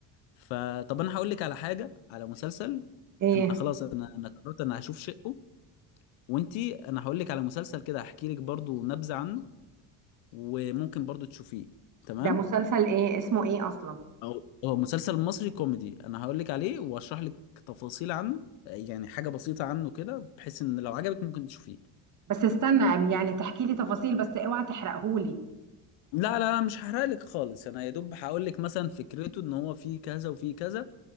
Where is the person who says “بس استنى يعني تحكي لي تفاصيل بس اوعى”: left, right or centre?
Right